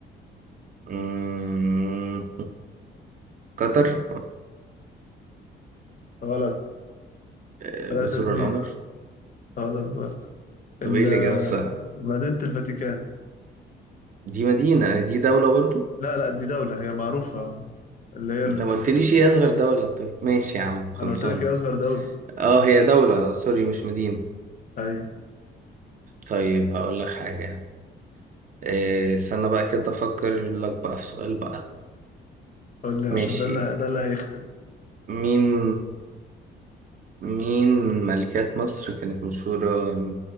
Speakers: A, on the right; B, on the left.
A: أمم، <laughs> قطر
B: غلط
A: آه،
B: 3
A: جزر
B: 2
A: القمر
B: غلط برضه
A: طب
B: ال-
A: ايه الإجابة الصح
B: مدينة الفاتيكان
A: دي مدينة دي دولة برضو
B: لا لا دي دولة هي معروفة اللي هي ال...
A: انت ما قلتليش ايه أصغر دولة انت قلت- ماشي يا عم خلصانة
B: أنا قلت لك هي أصغر دولة
A: اه هي دولة سوري مش مدينة
B: أيوة
A: طيب هقول لك حاجة إيه، استنى بقى كده افكر لك بقى في سؤال بقى
B: قول لي عشان
A: ماشي
B: ده اللي ده اللي هيختم
A: مين مين من ملكات مصر كانت مشهورة